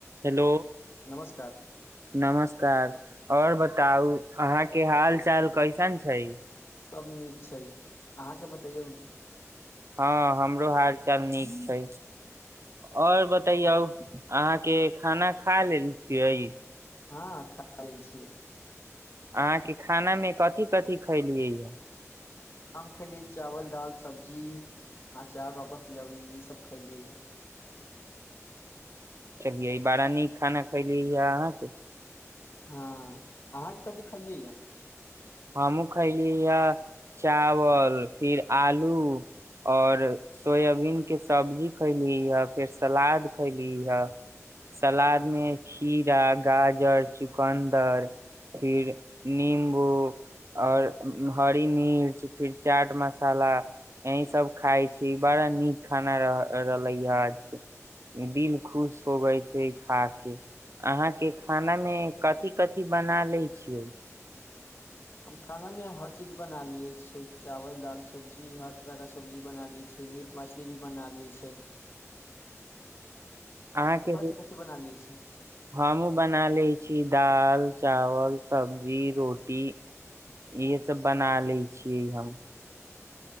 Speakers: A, on the right; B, on the left.
A: Hello
B: नमस्कार
A: नमस्कार आओर बता त अहाँ के हाल चाल कैसन छै
B: सब नीक छै अहाँके बतैयौ ने
A: हँ हमरो हाल चाल नीक छै आओर बतैयौ अहाँके खाना खा लेल छियै
B: हँ खा लेल छियै
A: अहाँके खानामे कथी कथि खयलियै यए
B: हम खेलिय चावल दाल सब्जी अ चार पापड़ तिलौड़ी यह सब खायलियै य
A: चलिये बड़ा नीक खाना खैली या अहाँके
B: हँ अहाँके कथी खलियै यए
A: हमहूँ खैली हए चावल फिर आलू और सोयाबीन के सब्जी खैली हे फेर सलाद खैली हे सलाद मे खीरा गाजर चुकन्दर फिर नम्बू आओर हरी मिर्च फिर चाट मसाला यह सब खााय छी बड़ा नीक खाना रह रहलै हज दिल खुश होगै छै खा के अहाँके खाना मे कथिी कथिी बना लैत छियै
B: हम खानामे हर चीज बना लियै छै चावल दाल सब्जी हर तरहके सब्जी बना लियै छिय मीट मछली भी बना लियै छै
A: अहाँके
B: कथी कथी बना लियै छै
A: हमहु बना ले छी दाल चावल सब्जी रोटी इहे सब बना ले छियै हम